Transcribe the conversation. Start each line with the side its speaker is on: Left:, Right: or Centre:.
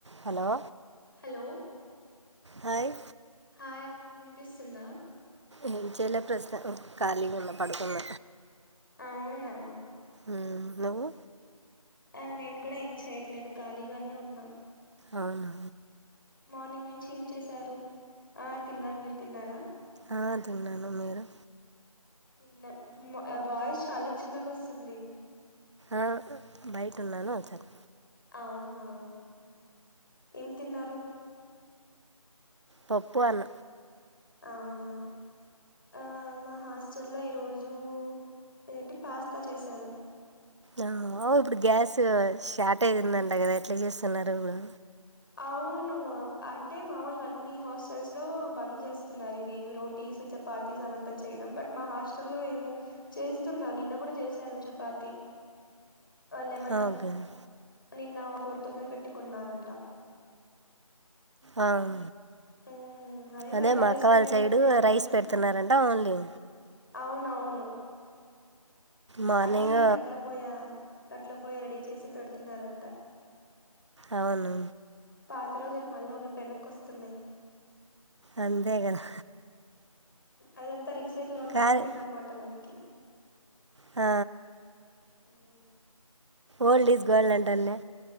Right: హలో
Left: హలో
Right: హయ్
Left: హాయక్ వినిపిస్తుందా
Right: ఏంచేలే ప్రస్తుతానికి కాలిగున్న పడుకున్న
Left: అవునా
Right: మ్ నువ్వు
Left: ఆ నేను కూడా ఏం చేయట్లేదు ఖాళీగానే ఉన్నా
Right: ఆవును
Left: మార్నింగ్ నుంచి ఏం చేశారు ఆ తిన్నాను మీరు తిన్నారా
Right: ఆ, తిన్నాను మీరు
Left: తిన్న ఉమ్ వాయిస్ చాలా చిన్నగా వస్తుంది.
Right: ఆ ఉ బయట ఉన్నాను సార్
Left: అవునా ఏం తిన్నారు?
Right: పప్పు అన్
Left: అవునా? ఆ మా హాస్టల్లో ఈరోజు ఏదేంటి పాస్తా చేశారు.
Right: ఆ ఇప్పుడు గ్యాస్ షార్టేజ్ ఉందంట కదా ఎట్లా చేస్తున్నారు ఇబుడు
Left: అవును అంటే మాముూలుగా అన్ని హాస్టల్స్ లో బంద్ చేస్తున్నారు ఇవి రోటీ చపాతీస్ అవంతా చేయడం బట్ మా హాస్టల్ లో ఏమో చేస్తున్నా నిన్న కూడా చేసారు చపాతీ వాళ్ళేమన్నా
Right: ఓకే అండి
Left: నిన్న ఫోర్ థౌజండ్ పెట్టి కొన్నారంట.
Right: ఆమ్
Left: హ్మ్.
Right: అదే
Left: మరి ఎలా
Right: మా
Left: జేస్తున్నారేమో
Right: అక్క వాళ్ళ సైడు
Left: తెలియడం
Right: రైస్
Left: లేదు.
Right: పెడుతున్నారంట ఓన్లీ
Left: అవునవును.
Right: మార్నింగ్
Left: అది కట్ల పొయా కట్ల పోయ రెడీ చేసి పెడుతున్నారంట.
Right: అవును.
Left: పాత రోజులు మళ్ళ వెనక్కొస్తున్నాయ్.
Right: అంతే కదా
Left: అదంతా రీసైకిల్ అవుతా
Right: కానీ
Left: ఉంటుంది అన్నమాట మనకి
Right: ఆ
Left: ఉమ్
Right: ఓల్డ్ ఈస్ గోల్డ్ అంటాన్నే